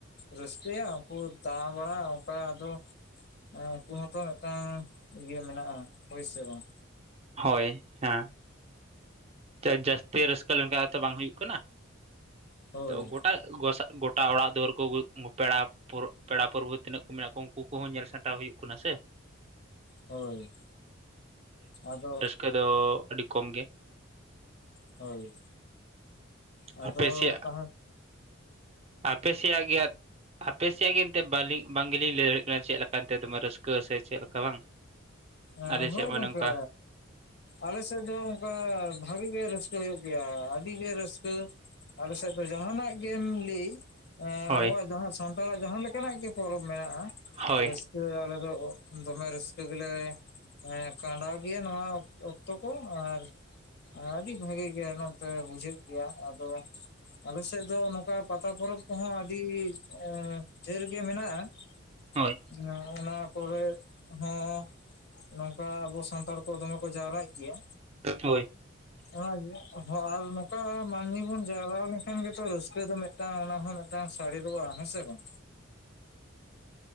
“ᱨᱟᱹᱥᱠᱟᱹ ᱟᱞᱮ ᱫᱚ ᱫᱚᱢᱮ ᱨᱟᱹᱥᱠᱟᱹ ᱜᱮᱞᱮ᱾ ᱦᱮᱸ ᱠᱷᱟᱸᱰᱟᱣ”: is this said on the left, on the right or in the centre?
Left